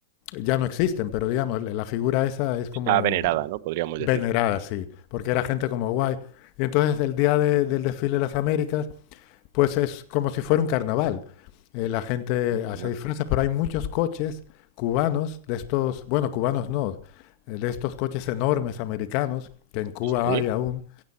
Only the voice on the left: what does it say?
ya no existen, pero digamos, la figura esa es como
venerada,
sí, porque era gente como guay. Y entonces el día de, del desfile de las Américas, pues es como si fuera un carnaval. Eh, la gente
hace disfraces, pero hay muchos coches cubanos, de estos, bueno, cubanos no, eh, de estos coches enormes americanos, que en Cuba
hay aún,